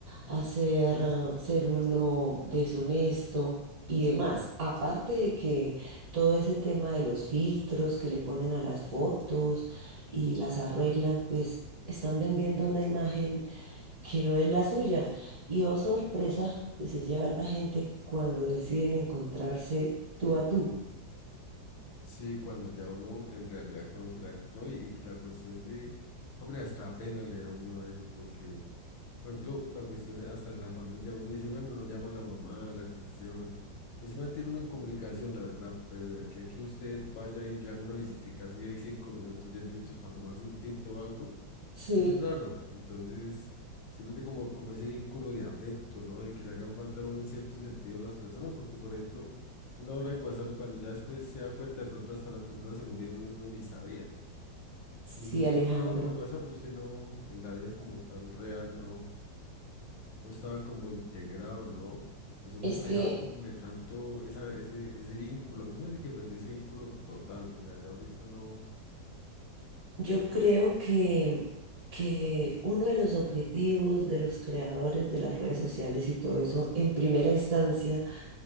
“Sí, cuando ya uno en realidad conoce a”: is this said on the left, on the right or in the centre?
Left